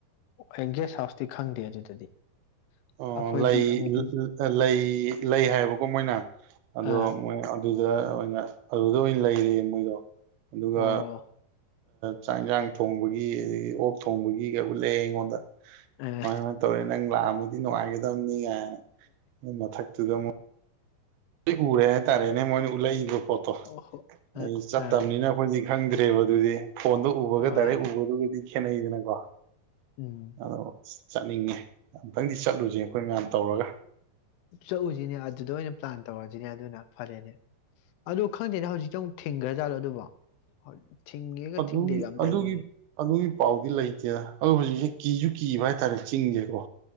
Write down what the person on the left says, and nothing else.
ꯑꯩ ꯒꯦꯁ ꯍꯥꯎꯁꯇꯤ ꯈꯪꯗꯦ ꯑꯗꯨꯗꯗꯤ
ꯑꯩꯈꯣꯏꯗꯤ
ꯑꯃꯨꯛ
ꯑꯥ
ꯑꯣ
ꯑꯥ
ꯑꯣ ꯑꯣ ꯍꯣ
ꯑꯥ
ꯑꯥ
ꯃꯥꯅꯤ
ꯎꯝ
ꯆꯠꯂꯨꯁꯤꯅꯦ ꯑꯗꯨꯗ ꯑꯣꯏꯅ ꯄ꯭ꯂꯥꯟ ꯇꯧꯔꯖꯤꯅꯦ ꯑꯗꯨꯅ ꯐꯔꯦꯅꯦ ꯑꯗꯣ ꯈꯪꯗꯦꯅꯦ ꯍꯧꯖꯤꯛꯇ ꯑꯃꯨꯛ ꯊꯤꯡꯈ꯭ꯔꯥꯖꯥꯠꯂꯣ ꯑꯗꯨꯕꯣ? ꯊꯤꯡꯉꯦꯒ
ꯊꯤꯡꯗꯦꯒ ꯌꯥꯝ
ꯇꯧꯕꯅꯦ